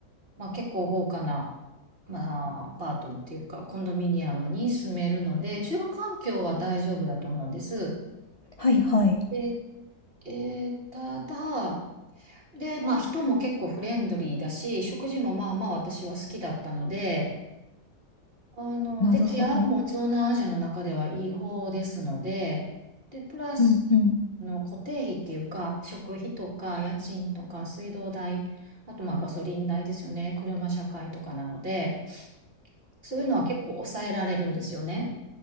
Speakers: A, on the right; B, on the left.
A: まあ、結構豪華な、まあ、アパートっていうか、コンドミニアムに住めるので、住環境は大丈夫だと思うんです。
B: はいはい。
A: でえーただ、で、まあ人も結構フレンドリーだし、食事もまあまあ私は好きだったので、あの、
B: なるほど。
A: で、治安も東南アジアの中ではいい方ですので、で、プラス、
B: うんうん。
A: あの、固定費っていうか、食費とか家賃とか水道代、あとまあガソリン代ですよね、車社会とかなので、そういうのは結構抑えられるんですよね。